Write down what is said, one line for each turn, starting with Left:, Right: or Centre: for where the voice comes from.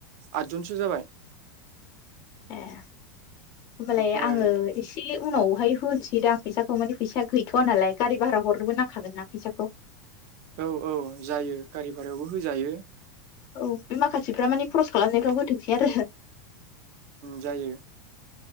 Right: आत जनसो जाबाय
Left: ए होमबालाय
Right: ओमफ्राय
Left: आङो एसे उनावहाय होनोसैदांं फैसाखौ माने फैसाया गैथ'वा नालाय गारि भारा हरनोबो नांखागोन ना फैसाखौ
Right: औ औ जायो गारि भारायावबो होजायो
Left: औ बे माखासेफ्रा मानि खरस खालामनायफ्राव होथोंसै आरो
Right: जायो।